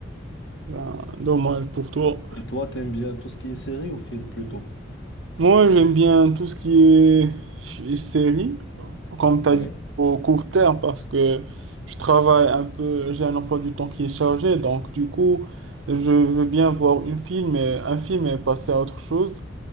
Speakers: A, on the right; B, on the left.
A: Ben, dommage pour toi.
B: Et toi, t'aimes bien tout ce qui est série ou film plutôt?
A: Moi, j'aime bien tout ce qui est ch- série, comme tu
B: Oui.
A: as dit, au court terme, parce que je travaille un peu, j'ai un emploi du temps qui est chargé, donc du coup, je veux bien voir une film et, un film et passer à autre chose.